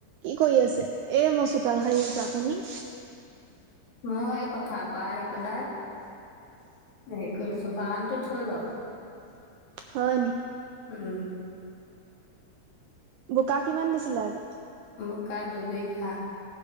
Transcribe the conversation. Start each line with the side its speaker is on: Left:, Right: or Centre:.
Right: কি কৰি আছে, এ মই চোতাল শাৰি আছোঁ, আপুনি?
Left: মই এই পথাৰৰ পৰা আহি পেলাই, হ চ বাহানটো থল <inaudible>
Right: হয় নি।
Left: উম
Right: বোকা কিমান দিছিলে আজি।
Left: বোকা দুবিঘা।